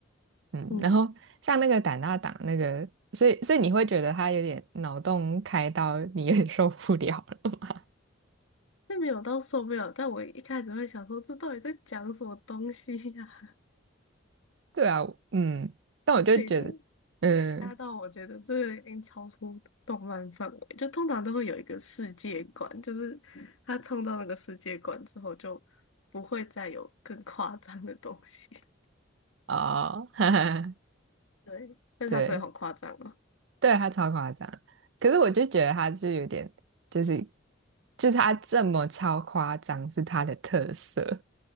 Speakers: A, on the right; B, on the left.
A: 嗯，
B: 嗯，
A: 然后像那个胆大党那个，所以所以你会觉得他有点脑洞开到你有点受不了了。
B: 那没有到受不了，但我一开始会想说，这到底在讲什么东西呀、
A: <laughs> 对啊，嗯，
B: <laughs>
A: 但我就觉得。
B: 就已经
A: 嗯，
B: 吓到我觉得这个已经超出动漫范围，就通常都会有一个世界观，就是他冲到那个世界观之后，就不会再有更夸张的东西。
A: 哦，<laughs> 哈哈，
B: <laughs> 对，但是他真的好夸张哦，
A: 对，对他超夸张，可是我就觉得他就有点，就是就是他这么超夸张是他的特色，